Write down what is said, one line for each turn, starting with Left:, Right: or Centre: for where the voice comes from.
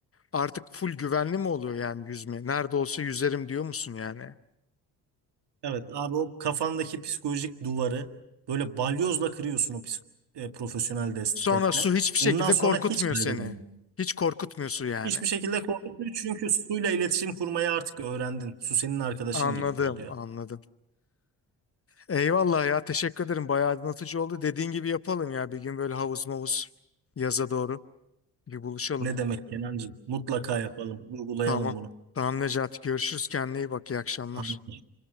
Left: artık full güvenli mi oluyor yani yüzme? Nerede olsa yüzerim diyor musun yani?
Right: Evet abi o kafandaki psikolojik duvarı böyle balyozla kırıyorsun o psik- e, profesyonel destekle.
Left: Sonra su hiçbir
Right: Ondan
Left: şekilde
Right: sonra
Left: korkutmuyor
Right: hiç kaygılanmıyor.
Left: seni. Hiç korkutmuyor su yani.
Right: Hiçbir şekilde korkmuyor çünkü suyla iletişim kurmayı artık öğrendin. Su senin arkadaşın
Left: Anladım,
Right: gibi oluyor.
Left: anladım. Eyvallah ya teşekkür ederim. Bayağı aydınlatıcı oldu. Dediğin gibi yapalım ya bir gün böyle havuz mavuz yaza doğru bir buluşalım.
Right: Ne demek Kenancığım? Mutlaka yapalım, uygulayalım
Left: Tamam.
Right: bunu.
Left: Tamam Necati görüşürüz. Kendine iyi bak. iyi akşamlar.
Right: Anladım.